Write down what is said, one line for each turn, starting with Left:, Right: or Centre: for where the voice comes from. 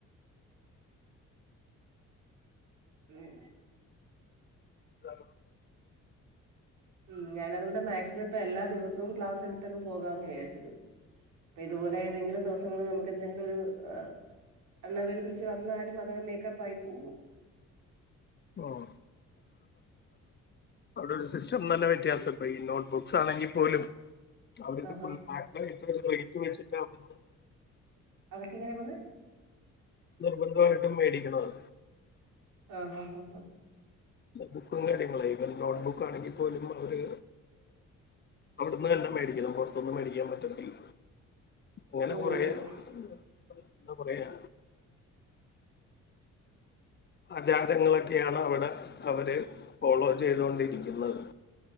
Right: ഉം
Left: ആ <unintelligible>
Right: ഉം ഞാനതോണ്ടാ മാക്സിമം ഇപ്പ എല്ലാ ദിവസവും ക്ലാസ് എട് ത്ത്ന്ന് പോകാന്ന് വിചാരിച്ചത് ഇതു പോലെ ഏതെങ്കിലും ദിവസം അന്ന് നമ്ക്ക് എന്തെങ്കിലും ഒരു ആ അൺഎബലബിലിറ്റി വന്നാലും അതെ മേക്കപ്പായി പോകും
Left: ഉം അവടെ ഒരു സിസ്റ്റം തന്നെ വ്യത്യാസപോയി ഈ നോട്ട്ബുക്സ് ആണെങ്കിൽ പോലും അവര്
Right: ആഹാ
Left: ഫുൾ പാക്ക് ആയിട്ട് റയ്റ്റ് വെച്ചിട്ടാ അവടന്ന്
Right: അവർക്ക്‌ങ്ങനെ പോന്നേ
Left: നിർബന്ധമായിട്ടും മേടിക്കണത്
Right: ആ ആാ ആാ ഹാ
Left: ബുക്കും കാര്യങ്ങളും ഇവ നോട്ട് ബുക്കാണെങ്കിൽ പോലും അവര് അവിടന്നന്നെ മേടിക്കണം പൊർത്ത്ന്ന് മേടി ക്ക്യാൻ പറ്റത്തില്ല ഇങ്ങനെ
Right: ഓഹ്
Left: കൊറെ
Right: ഓഹ്
Left: എന്താ പറയാ ആചാതങ്ങളൊക്കെയാണ് അവടെ അവര് ഫോളോ ചെയ്തോണ്ടിരിക്കുന്നത്